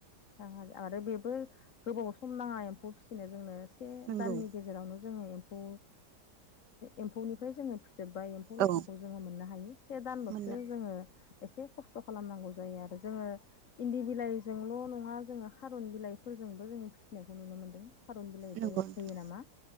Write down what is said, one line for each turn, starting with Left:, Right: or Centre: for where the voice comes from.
Left: रां आरो बेबो गोबाव सम नाङा एम्फौ फिसिनो जोंनो से
Right: नंगौ
Left: दाननि गेजेरावनो जोंनि‌ एम्फौ एम्फौ निफ्राय जोब्बा एम्फौ लाथाखौ
Right: औ
Left: जोङो मोननो हायो से दानल'सो
Right: मोननो
Left: जोङो एसे खस्थ' खालामनांगौ जायो आरो जोङो इन्दि बिलाइजोंल' नङा जोङो खारुन बिलाइफोरजोंबो जोङो फिसिनायखौ नुनो मोन्दों। खारुन बिलाइबो
Right: नंगौ नोंथां
Left: होयो नामा